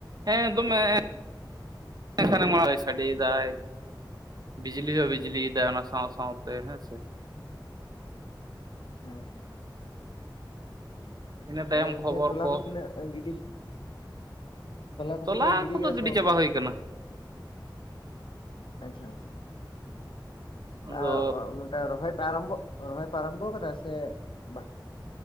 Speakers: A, on the right; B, on the left.
A: ᱦᱮᱸ ᱫᱚᱢᱮ ᱥᱮᱨᱢᱟ ᱦᱚᱸ ᱥᱟᱰᱮᱫᱟᱭ ᱵᱤᱡᱽᱞᱤ ᱦᱚᱸ ᱵᱤᱡᱽᱞᱤᱭᱫᱟ ᱚᱱᱟ ᱥᱟᱶ ᱥᱟᱶᱛᱮ ᱦᱮᱸᱥᱮ᱾
B: ᱦᱮᱸ᱾
A: ᱤᱱᱟᱹ ᱛᱟᱭᱚᱢ
B: ᱟᱫᱚ ᱜᱚᱝᱠᱮ
A: ᱠᱷᱚᱵᱚᱨ ᱠᱚ?
B: <unintelligible> ᱜᱤᱰᱤ ᱠᱚᱯᱮ
A: ᱛᱚᱞᱟ
B: ᱛᱟᱦᱚᱞᱮ
A: ᱠᱚᱫᱚ
B: ᱠᱟᱫᱟ
A: ᱜᱤᱰᱤ
B: ᱥᱮ ᱵᱟᱝ ᱜᱚᱝᱠᱮ
A: ᱪᱟᱵᱟ ᱦᱩᱭ ᱠᱟᱱᱟ᱾
B: ᱟᱪᱪᱷᱟ ᱟᱪᱪᱷᱟ᱾ <unintelligible>
A: ᱟᱫᱚ
B: ᱨᱚᱦᱚᱭ ᱯᱮ ᱟᱨᱟᱢᱵᱚ, ᱨᱚᱦᱚᱭ ᱯᱮ ᱟᱨᱢᱵᱚ ᱠᱟᱫᱟ ᱥᱮ? ᱵᱟᱝ